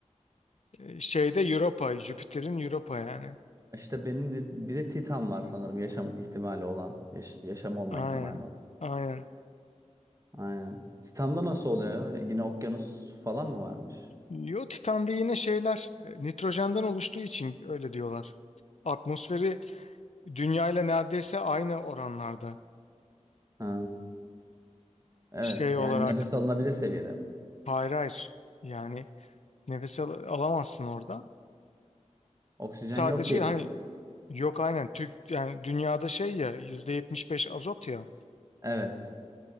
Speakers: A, on the left (about 65°); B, on the right (about 25°).
A: Ee, Şeyde Europa. Jüpiter'in Europa yani.
B: İşte benim de, bir de Titan var sanırım yaşam ihtimali olan. Yaş- yaşam olma
A: Aynen.
B: ihtimali olan.
A: Aynen.
B: Aynen. Titan'da nasıl oluyor? ya? Yine okyanus su falan mı varmış?
A: Yo Titan'da yine şeyler e, nitrojenden oluştuğu için öyle diyorlar. Atmosferi Dünya ile neredeyse aynı oranlarda.
B: Ha, evet.
A: Şey olarak
B: Yani nefes alınabilir seviyede mi?
A: hayır hayır. Yani nefes al- alamazsın orada.
B: Oksijen
A: Sadece
B: yok diye
A: hani
B: biliyorum.
A: yok aynen Türk yani dünyada şey ya %75 azot ya.
B: Evet.